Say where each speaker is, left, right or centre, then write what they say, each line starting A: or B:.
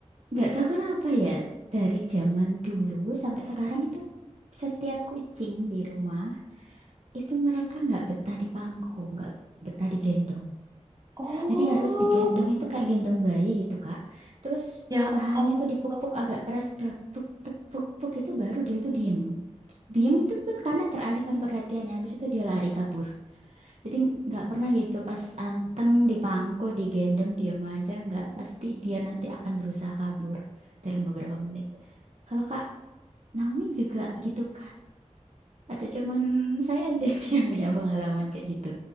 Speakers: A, on the right (about 65°); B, on the right (about 30°).
A: nggak tahu kenapa ya dari zaman dulu sampai sekarang itu setiap kucing di rumah itu mereka nggak betah di pangku nggak betah digendong
B: oh
A: jadi harus digendong itu kayak gendong bayi gitu kak terus
B: ya
A: pahanya
B: Allah
A: tuh dipuk-puk agak keras dak puk puk puk puk itu baru dia tuh diem diem itu pun karena teralihkan perhatiannya habis itu dia lari kabur jadi nggak pernah gitu pas anteng dipangku, digendong, diem aja nggak pasti dia nanti akan berusaha kabur dalam beberapa menit. Kalau Kak Naomi juga gitu kah? Atau cuman saya aja <laughs> sih yang punya pengalaman kayak gitu?